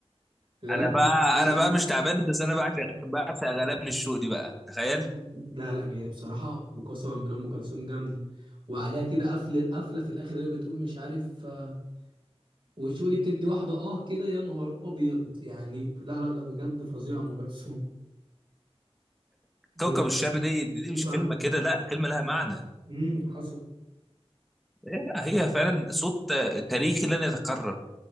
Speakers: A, on the right; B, in the centre.
A: غلبني
B: انا بقى
A: الشو
B: انا
A: دي
B: بقى مش تعبان بس انا بعشق بعشق غلابن الشوق دي بقى تخيل
A: <laughs> لا لا جايه بصراحه وقسما بالله ام كلثوم جامده وعليها كده قفله قفله في الاخر اللي هي بتقول مش عارف آه، والشو دي بتدي واحده اه كده يا نهار ابيض يعني لا لا لا بجد فظيعه ام كلثوم بجد
B: كوكب الشر دي دي
A: بتطلع
B: مش كلمة
A: من قلبها
B: كده لا كلمة لها معنى
A: امم حصل
B: لا، هي فعلا صوت تاريخي لن يتكرر